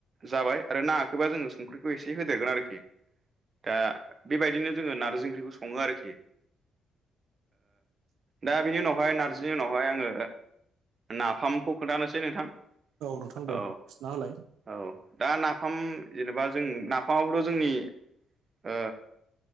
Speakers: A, on the right; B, on the right.
A: जाबाय आरो नाङाखैबा जोङो संख्रिखौ एसे होदेरगोन आरोखि । दा बेबायदिनो जोङो नारजि ओंख्रिखौ सङो आरोखि। दा बिनि उनावहाय नारजिनि उनावहाय आङो। नाफामखौ खोन्थानोसै नोंथां औ
B: नोंथां दे खिथाना होलाय
A: औ दा नाफाम जेनेबा जों नाफामावथ'
B: औ
A: जोंनि ओ